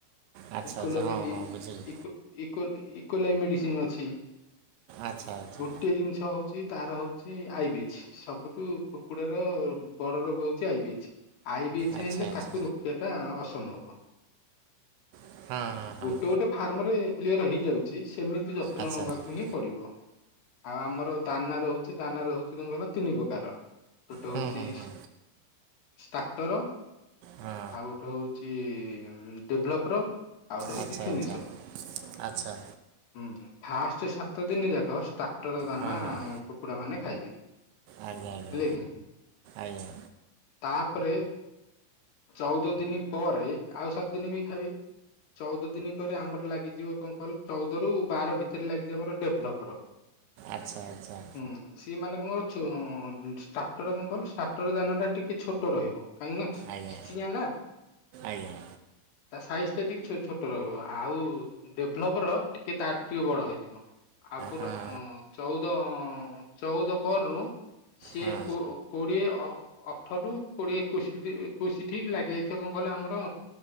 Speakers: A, on the right; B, on the left.
A: ଆଚ୍ଛା
B: ଏକୋଲବ
A: ଆଚ୍ଛା ହଁ ହଁ
B: ଏ
A: ବୁଝିଲି
B: ଇକୋ ଇକୋ ଇ ଇକୋଲାଇ ମେଡ଼ିସିନ୍ ଅଛି।
A: ଆଚ୍ଛା ଆଚ୍ଛା।
B: ଗୋଟିଏ ଜିନିଷ ହଉଚି ତ। ର ହଉଛି ଆଇ ବିଚ୍। ସବୁଠୁ କୁକୁଡାର ବଡ ରୋଗ ହଉଛି ଆଇବିଚ୍ ଆଇବିଚ୍ ଯେ
A: ଆଚ୍ଛା
B: ହେଲେ
A: ଆଚ୍ଛା
B: ତାକୁ ରୋକିବାଟା ଅସମ୍ଭବ
A: ହଁ ହଁ ହଁ
B: ଗୋଟେ ଗୋଟେ ଫାର୍ମରେ କ୍ଲିଅର ହେଇଯାଉଚି ସେମିତି ଯତ୍ନ
A: ଆଚ୍ଛା
B: ନେବାକୁ
A: ହଁ
B: ହିଁ ପଡ଼ିବ ଆଉ ଆମର ଦାନା ରହୁଚି ଦାନା ରହୁଛି କଣ କହିଲ ତିନି ପ୍ରକାର ଗୋଟେ
A: ହୁଁ
B: ହଉଚି
A: ହୁଁ ହୁଁ
B: ଷ୍ଟାଟର
A: ହଁ
B: ଆଉ ଗୋଟେ ହଉ ଛି ଡେଭଲପର୍ ଆଉ ଗୋଟେ
A: ଆଚ୍ଛା
B: ହଉଚି ଫିନିସର।
A: ଆଚ୍ଛା ଆଚ୍ଛା
B: ହୁଁ ଫାଷ୍ଟ୍ ସାତ ଦିନ ଯାକ ଷ୍ଟାଟର ଦାନା
A: ହଁ ହଁ
B: କୁକୁଡ଼ା ମାନେ ଖାଇବେ।
A: ଆଜ୍ଞା ଆଜ୍ଞା
B: ହେଲେ କି
A: ଆଜ୍ଞା।
B: ତାପରେ ଚଉଦ ଦିନି ପରେ ଆଉ ସାତ ଦିନ ବି ଖାଇବେ। ଚଉଦ ଦିନି ପରେ ଆମର ଲାଗିଯିବ କଣ କହିଲୁ ଚଉଦ ରୁ ବାର ଭିତରେ ଲାଗିଯିବ ଆମର ଡେଭଲପର୍।
A: ଆଚ୍ଛା ଆଚ୍ଛା।
B: ହୁଁ ସିଏ ମାନେ କଣ କହିଲୁ ଛୋ ଷ୍ଟାର୍ଟର କଣ କହିଲୁ ଷ୍ଟାର୍ଟର ଦାନାଟା ଟିକେ ଛୋଟ ରହିବ। କାହିଁକି ନା
A: ଆଜ୍ଞା
B: ଚିଆଁ ନା
A: ଆଜ୍ଞା।
B: ତା ସାଇଜ୍‌ ଟା ଟିକେ ଛୋ ଛୋଟ ରହିବ ଆଉ ଡେଭଲପର ଟିକେ ତାଠୁ ଟିକେ ବଡ଼ ହେଇଥିବ। ଆ ପୁରା
A: ହଁ ହଁ
B: ଅଁ ଚଉଦ ଅଁ ଚଉଦ ପରରୁ ସିଏ
A: ହଁ
B: କୋ କୋଡ଼ିଏ ଅ ଅଠରୁୁ କୋଡ଼ିଏ ଏକୋଇଶିଟି ଏକୋଇଶି ଠିକ୍ ଲାଗେ। ତ୍ୱିତୀୟ କଁ କହିଲ ଆମର